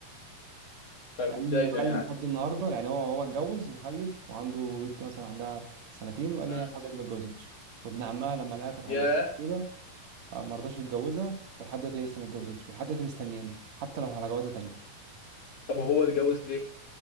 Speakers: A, on the left (about 60°); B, on the right (about 60°).
A: طب
B: قال
A: ازاي
B: لي قال
A: ده يعني؟
B: لي لحد النهاردة يعني هو هو اتجوز وخلف وعنده بنت مثلا عندها سنتين وقال
A: مم.
B: لي هي لحد دلوقتي ما اتجوزتش وابن عمها لما لقاها كانت عايزاه
A: ياه
B: كده آه، ما رضاش يتجوزها ولحد دلوقتي هي لسه ما اتجوزتش ولحد دلوقتي مستنياني حتى لو على جوازة تانية
A: طب وهو اتجوز ليه؟